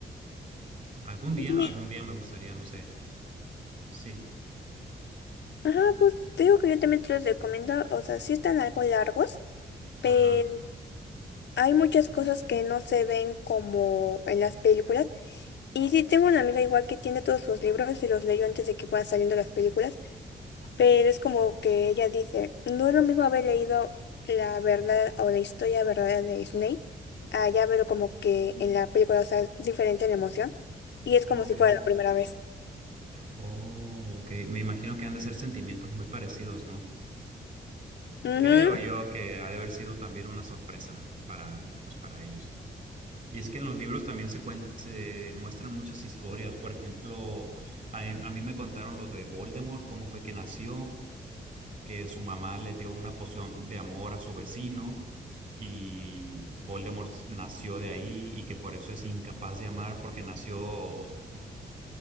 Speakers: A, on the right; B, on the left.
A: Algún día,
B: Sí,
A: algún día me gustaría, no sé. Sí.
B: Ajá, pues te digo que yo también te los recomiendo, o sea, sí están algo largos, pero
A: Ajá.
B: Hay muchas cosas que no se ven como en las películas. Y sí, tengo una amiga igual que tiene todos sus libros y los leyó antes de que fueran saliendo las películas. Pero es como que ella dice, no es lo mismo haber leído la verdad o la historia verdadera de Snape a ya verlo como que en la película, o sea, es diferente la emoción. Y es como
A: Ok.
B: si fuera la primera vez.
A: Oh, ok. Me imagino que han de ser sentimientos muy parecidos, ¿no?
B: Ujú,
A: Creo yo que ha de haber sido también una sorpresa para, pues, para ellos. Y es que en los libros también se, cuen- se muestran muchas historias. Por ejemplo, a, mí a mí me contaron lo de Voldemort, cómo fue que nació, que su mamá le dio una poción de amor a su vecino y Voldemort nació de ahí y que por eso es incapaz de amar porque nació